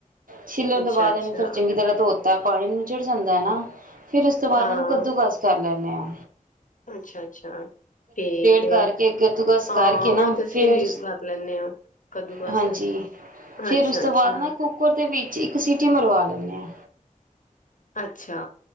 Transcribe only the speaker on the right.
ਛਿਲਣ
ਤੋਂ ਬਾਅਦ,
ਇਹਨੂੰ ਫਿਰ ਚੰਗੀ ਤਰ੍ਹਾਂ ਧੋ ਤਾਂ ਪਾਣੀ ਨੂੰਚੜ ਜਾਂਦਾ ਹੈ, ਨਾ ਫਿਰ ਉਸ ਤੋਂ ਬਾਅਦ,
ਇਹਨੂੰ ਕੱਦੂ ਕਸ ਕਰ ਲੈ <unintelligible>
ਕਰਕੇ ਕੱਦੂਕਸ
ਕਰਕੇ
ਨਾ
ਫਿਰ
ਹਾਂਜੀ
ਫਿਰ ਉਸ ਤੋਂ
ਬਾਅਦ ਨਾ ਕੁੱਕਰ ਦੇ ਵਿੱਚ ਇੱਕ ਸਿਟੀ ਮਰਵਾ ਲੈਨੇ ਆ।